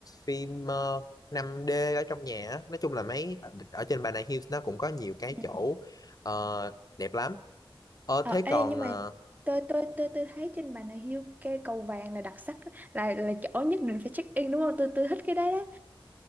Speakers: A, on the left; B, on the right.
A: phim ờ, 5D ở trong nhà á. nói chung là mấy ở trên Bà Nà Hills nó cũng có nhiều cái
B: ừ.
A: chỗ ờ, đẹp lắm ờ
B: Ờ
A: thế
B: ê
A: còn
B: nhưng
A: ờ
B: mà tôi tôi tôi tôi thấy trên Bà Nà Hills cái cầu vàng là đặc sắc đó, là là chỗ nhất định phải check in đúng không? Tôi tôi thích cái đấy đó.